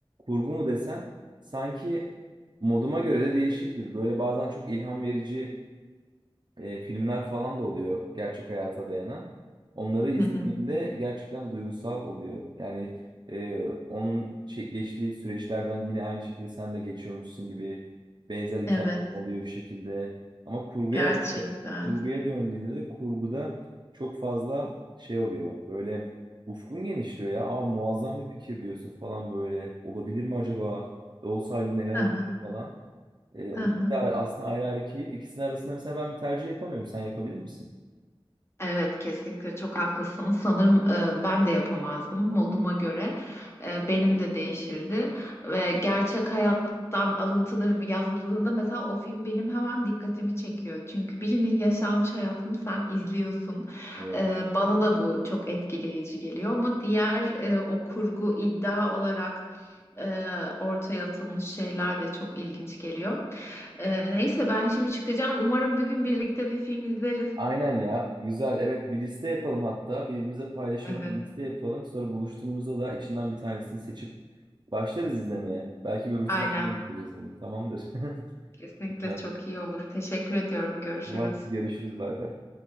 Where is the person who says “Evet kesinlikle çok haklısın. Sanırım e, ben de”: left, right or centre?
Left